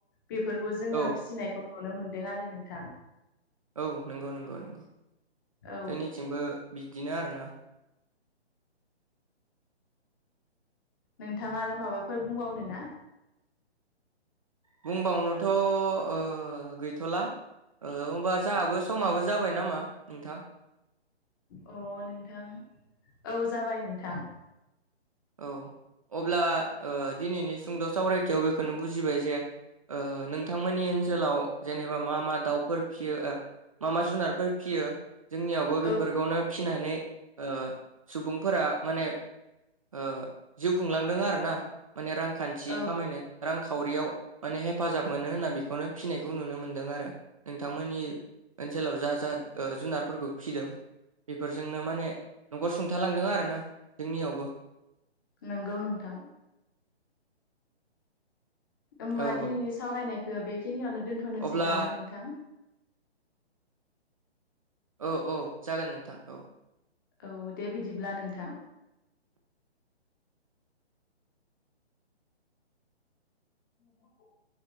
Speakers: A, on the left (about 20°); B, on the right (about 30°).
A: बेफोरखौ जोङो
B: औ
A: फिसिनायखौ नुनो मोनदों आरो नोंथां।
B: औ नंगौ नंगौ नंगौ
A: औ
B: जोंनिथिंबो बिदिनो आरो ना।
A: नोंथाङा आरो माबाफोर बुंबावनो ना?
B: बुंबावनोथ' ओ गैथ'ला। ओ होमबा जाहाबो समाबो जाबाय नामा नोंथां?
A: अ नोंथां औ जाबाय नोंथां।
B: औ अब्ला ओ दिनैनि सुंद' सावरायथियाव बेखौनो बुजिबाय जे ओ नोंथांमोननि ओनसोलाव जेनेबा मा मा दाउफोर फियो ओ मा मा जुनारफोर फियो जोंनियावबो
A: औ
B: बेफोरखौनो फिनानै ओ सुबुंफोरा माने ओ जिउ खुंलांदों आरो ना माने रांखान्थि
A: औ
B: खामायनो। रांखावरियाव माने हेफाजाब मोनो होनना बेखौनो फिनायखौ नुनो मोन्दों आरो। नोंथांमोननि ओनसोलाव जा जा ओ जुनारफोरखौ फिदों बेफोरजोंनो माने न'खर सुंथालांदों आरोना जोंनियावबो।
A: नोंगौ नोंथां। ओमबा
B: औ
A: दिनैनि
B: औ
A: सावरायनायखो बेखिनियावनो दोनथ'नोसै
B: अब्ला
A: नामा नोंथां?
B: औ औ जागोन नोंथां औ।
A: औ दे बिदिब्ला नोंथां। <unintelligible>